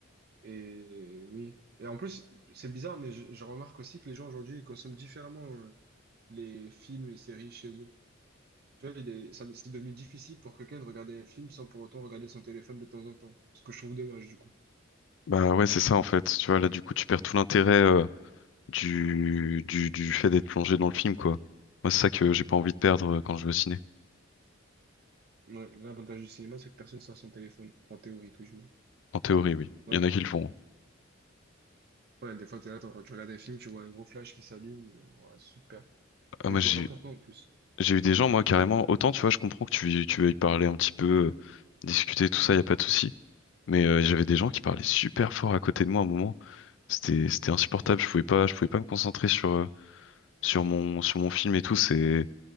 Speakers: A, on the right (about 50°); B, on the left (about 65°).
A: Et oui. Et en plus, c'est bizarre, mais je, je remarque aussi que les gens aujourd'hui, ils consomment différemment euh, les films et séries chez eux. Tu vois, il est- ça- c'est devenu difficile pour quelqu'un de regarder un film sans pour autant regarder son téléphone de temps en temps. Ce que je trouve dommage, du coup.
B: Bah ouais, c'est ça en fait. Tu vois, là du coup, tu perds tout l'intérêt euh, du, du, du fait d'être plongé dans le film, quoi. Moi, c'est ça que j'ai pas envie de perdre euh, quand je vais au ciné.
A: Ouais, l'avantage du cinéma, c'est que personne sort son téléphone, en théorie, tout du moins.
B: En théorie, oui.
A: Ouais,
B: Il y en a qui le font. hein.
A: ouais, des fois, t'es là, t'es en train de regarder un film, tu vois un gros flash qui s'allume. euh, Ouais, super.
B: Ah,
A: Mais
B: moi,
A: je
B: j'ai
A: vois pas pourquoi en plus.
B: j'ai eu des gens, moi, carrément. Autant, tu vois, je comprends que tu, tu veuilles parler un petit peu, euh, discuter, tout ça, y a pas de souci. Mais euh, j'avais des gens qui parlaient super fort à côté de moi à un moment. C'était, c'était insupportable. Je pouvais pas, je pouvais pas me concentrer sur, euh, sur mon, sur mon film et tout. C'est